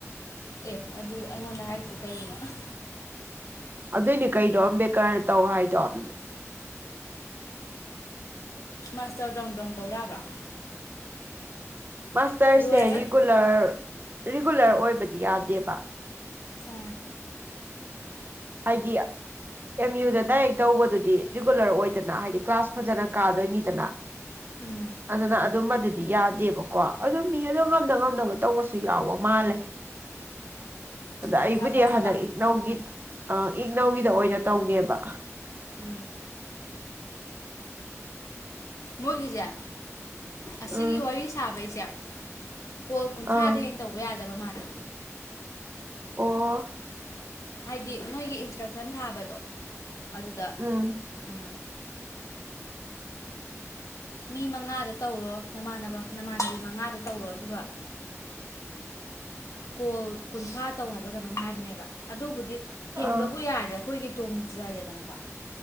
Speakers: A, on the left; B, on the right.
A: ꯑꯦ ꯑꯗꯨ ꯑꯩꯉꯣꯟꯗ ꯍꯥꯏꯔꯛꯇ꯭ꯔꯤ ꯀꯩꯒꯤꯅꯣ꯫
B: ꯑꯗꯨꯏꯅꯤ ꯀꯩꯅꯣ ꯑꯝꯕꯦꯗꯀꯔ ꯇꯧ ꯍꯥꯏꯗꯣ <unintelligible>
A: ꯃꯥꯁꯇꯔ ꯇꯧ ꯇꯧꯅ ꯇꯧ ꯌꯥꯕ꯭ꯔꯣ꯫
B: ꯃꯥꯁꯇꯔꯁꯦ
A: ꯂꯣꯏꯔꯒ
B: ꯔꯤꯒꯨꯂꯔ ꯔꯤꯒꯨꯂꯔ ꯑꯣꯏꯕꯗꯤ ꯌꯥꯗꯦꯕ꯫
A: ꯎꯝ꯫
B: ꯍꯥꯏꯗꯤ ꯑꯦꯝ ꯌꯨꯗ ꯗꯥꯏꯔꯦꯛ ꯇꯧꯕꯗꯨꯗꯤ ꯔꯤꯒꯨꯂꯔ ꯑꯣꯏꯗꯅ ꯍꯥꯏꯗꯤ ꯀ꯭ꯂꯥꯁ ꯐꯖꯅ ꯀꯥꯗꯣꯏꯅꯤꯗꯅ
A: ꯎꯝ
B: ꯑꯗꯨꯅ ꯑꯗꯨꯝꯕꯗꯨꯗꯤ ꯌꯥꯗꯦꯕꯀꯣ ꯑꯗꯨꯝ ꯃꯤ ꯑꯣ ꯉꯝꯅ ꯉꯝꯅꯕ ꯇꯧꯕꯁꯨ ꯌꯥꯎꯕ ꯃꯥꯜꯂꯦ ꯑꯗ ꯑꯩꯕꯨꯗꯤ
A: ꯄꯩꯁꯥ ꯐꯪꯅꯕ
B: ꯍꯟꯗꯛ ꯏꯛꯅꯧꯒꯤ ꯑ ꯏꯛꯅꯧꯒꯤꯗ ꯑꯣꯏꯅ ꯇꯧꯒꯦꯕ꯫
A: ꯎꯝ꯫ ꯃꯣꯏꯒꯤꯖꯦ ꯑꯁꯤꯒꯤ
B: ꯎꯝ
A: ꯋꯥꯔꯤ ꯁꯥꯕꯩꯁꯦ ꯀꯣꯜ ꯀꯨꯟꯊ꯭ꯔꯥꯗꯒꯤ
B: ꯑꯥ
A: ꯍꯦꯟꯅ ꯇꯧꯕ ꯌꯥꯗꯕ ꯃꯥꯜꯂꯦ꯫
B: ꯑꯣ꯫
A: ꯍꯥꯏꯗꯤ ꯃꯣꯏꯒꯤ ꯏꯟꯁꯇ꯭ꯔꯛꯁꯟ ꯊꯥꯕꯗꯣ ꯑꯗꯨꯗ
B: ꯎꯝ
A: ꯎꯝ ꯃꯤ ꯃꯉꯥꯗ ꯇꯧꯔꯣ ꯅꯃꯥꯟꯅꯕ ꯅꯃꯥꯟꯅꯕꯤ ꯃꯉꯥꯗ ꯇꯧꯔꯣ ꯑꯗꯨꯒ ꯀꯣꯜ ꯀꯨꯟꯊ꯭ꯔꯥ ꯇꯧ ꯍꯥꯏꯕ ꯀꯩꯅꯣꯝ ꯍꯥꯏꯕꯅꯦꯕ ꯑꯗꯨꯕꯨꯗꯤ ꯍꯦꯟꯕꯕꯨ
B: ꯑꯥ
A: ꯌꯥꯗꯦ ꯑꯩꯈꯣꯏꯒꯤ ꯇꯣꯡꯝꯖꯔꯦꯗꯅꯀꯣ